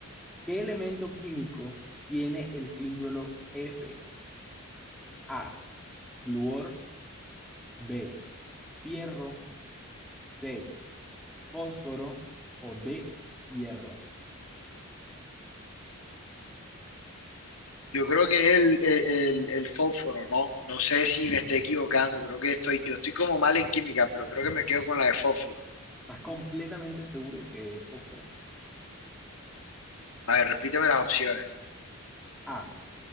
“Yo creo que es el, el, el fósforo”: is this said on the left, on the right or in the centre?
Left